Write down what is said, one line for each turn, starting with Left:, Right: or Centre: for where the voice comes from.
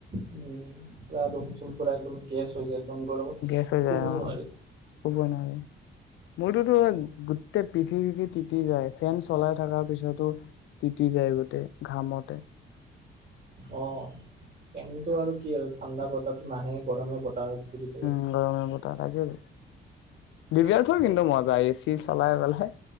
Right: উম পৰা ৰুমচুম পুৰা একদম গেছ হৈ যায়। একদম গৰমত
Left: গেছ হৈ
Right: শুবই
Left: যায় অ,
Right: নোৱাৰি
Left: শুব নোৱাৰি মূৰটোত
Right: এতিয়া
Left: গোটেই, পিঠি চিঠি তিতি যায় ফেন চলাই থকাৰ পিছতো তিতি যায় গোটেই ঘামতে
Right: অ ফেনটো আৰু কি আৰু ঠাণ্ডা বতাহটো নাহে গৰমে বতাহ ঘূৰি থাকে
Left: উম গৰমে বতাহ লাগে দিব্যাৰ্থ
Right: কি
Left: কিন্তু মজা এ চি চলাই পেলাই